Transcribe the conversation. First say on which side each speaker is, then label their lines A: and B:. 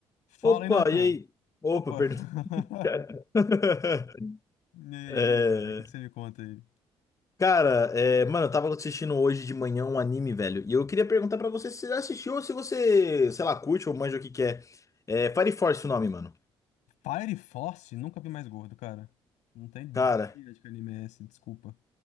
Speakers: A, on the left; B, on the left.
A: Fala
B: Opa,
A: aí, Nathan.
B: e aí? Opa,
A: Opa!
B: perdão.
A: <laughs>
B: <laughs>
A: E aí,
B: É,
A: e aí, cara? O que que você me conta aí?
B: cara, é, mano, eu tava assistindo hoje de manhã um anime, velho. E eu queria perguntar pra você se você já assistiu ou se você, sei lá, curte ou manja o que que é. É Fire Force o nome, mano.
A: Fire Force? Nunca vi mais gordo, cara. Não tem ideia
B: Cara,
A: de que anime é esse, desculpa.